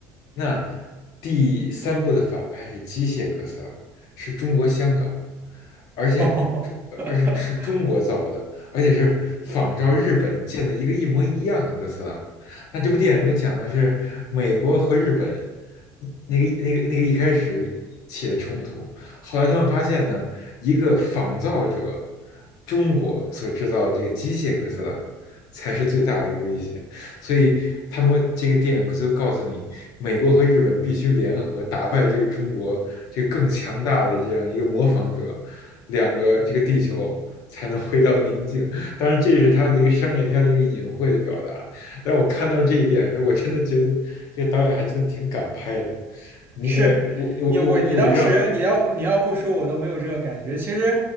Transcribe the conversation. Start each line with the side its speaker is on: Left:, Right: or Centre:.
Left: 那第三部的反派是机械哥斯拉，是中国香港，而且中而且是中国造的，
Right: <laughs>
Left: 而且是仿照日本建的一个一模一样的哥斯拉。那这部电影就讲的是美国和日本一那个那个那个一开始起的冲突，后来他们发现呢，一个仿造者中国所制造的这个机械哥斯拉才是最大的一个威胁。所以他们这个电影就告诉你，美国和日本必须联合打败这个中国这个更强大的这样一个模仿者，两个这个地球才能回到宁静。当然，这是他的一个商业片的一个隐晦的表达。但我看到这一点的时候，我真的觉得这个导演还真的挺敢拍的。你呃我我我我不知道
Right: 是你我你当时你要你要不说我都没有这个感觉。其实